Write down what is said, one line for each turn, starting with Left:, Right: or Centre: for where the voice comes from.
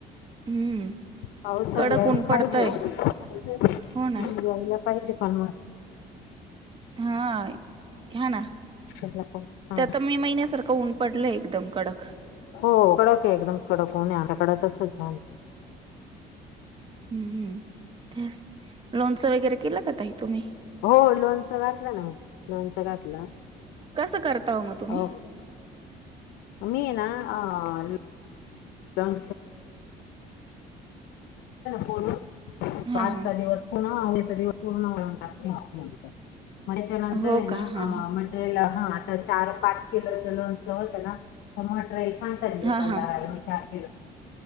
Right: हम्म
Left: पाऊस <unintelligible>
Right: कडक ऊन पडतय हो ना
Left: यायला पाहिजे. पण म
Right: हाय ह्या न
Left: त्याला पाऊस सांग
Right: ते आता मे महिन्यासारखं ऊन पडलय एकदम कडक.
Left: हो कडक हे एकदम कडक ऊन हे आमच्या कड तसच झालं.
Right: हम्म्म तेच लोणचं वगैरे केलं ताई? तुम्ही
Left: हो लोनच घातलं ना मी लोनचं घातलं.
Right: त करता ओ म तुम्ही
Left: हो मी ना अ <unintelligible> ना फोनवर म
Right: हा
Left: आजचा
Right: हा
Left: दिवस पुन्हा उद्याचा दिवस पूर्ण वाळवून टाकते बग लोणचं म त्याच्या नंतर
Right: हो
Left: ये ना
Right: का हा
Left: आ मटेरियल हा आता चार पाच किलो चं लोणचं होतं ना तर मटरेल सांगतात दुकानदाराला
Right: हा हा हा
Left: विचार